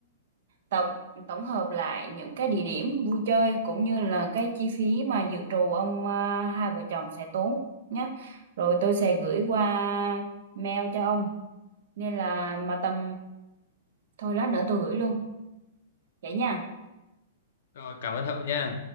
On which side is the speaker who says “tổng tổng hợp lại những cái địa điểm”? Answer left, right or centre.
Right